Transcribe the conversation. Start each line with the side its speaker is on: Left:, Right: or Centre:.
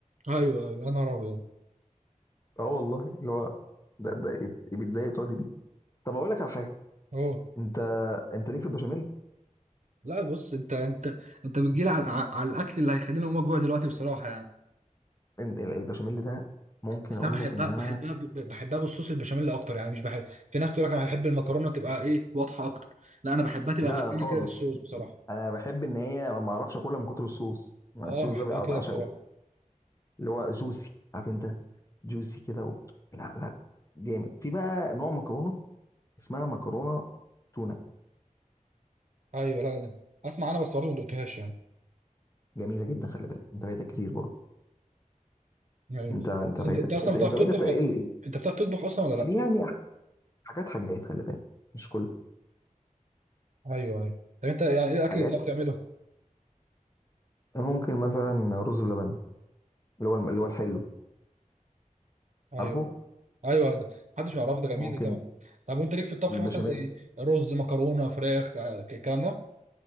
Right: ايوه ايوه يا نهار ابيض
Left: اه والله اللي هو ده ده بيتزا ايطالي دي طب اقول لك على حاجه
Right: اه
Left: انت انت ليك في البشاميل
Right: لا بص انت انت انت بتجيلي على على الاكل اللي هيخليني اقوم اجوع دلوقتي بصراحه يعني
Left: إن- ال- البشاميل ده ممكن
Right: بس
Left: اقول
Right: انا بحبها
Left: لك ان انا
Right: بحبها ب- بحبها بالصوص البشاميل اكتر يعني مش بحب في ناس تقول لك انا هحب المكرونه تبقى ايه واضحه اكتر لا انا بحبها تبقى
Left: لا
Right: غرقانه
Left: خالص
Right: كده في الصوص بصراحه
Left: انا بحب ان هي ما اعرفش اكلها من كتر الصوص الصوص
Right: اه انا بحبها
Left: ده بقى-
Right: كده
Left: بعشقه
Right: بصراحه
Left: اللي هو جوسي عارف انت جوسي كده و... لا لا جامد في بقى نوع مكرونه اسمها مكرونه تونه
Right: ايوه لا لا اسمع انا بس برضه ما دقتهاش يعني
Left: جميله جدا خلي بالك انت فايتك كتير برضه
Right: ايوه
Left: انت انت فايتك
Right: انت انت اصلا
Left: انت
Right: بتعرف
Left: انت
Right: تطبخ
Left: انت بتا...
Right: ولا-
Left: ال-
Right: انت بتعرف تطبخ اصلا ولا لا
Left: ال- يعني حاجات حاجات خلي بالك مش كل
Right: ايوه ايوه طب انت يعني ايه الاكل
Left: حاجات
Right: اللي بتعرف تعمله
Left: ممكن مثلا رز بلبن اللي هو الم- اللي هو الحلو
Right: ايوه
Left: عارفه
Right: ايوه ده محدش يعرفه ده جميل
Left: ممكن
Right: ده طبعا طب وانت ليك في الطبخ
Left: البشاميل
Right: مثلا زي رز مكرونه فراخ آه، الكلام ده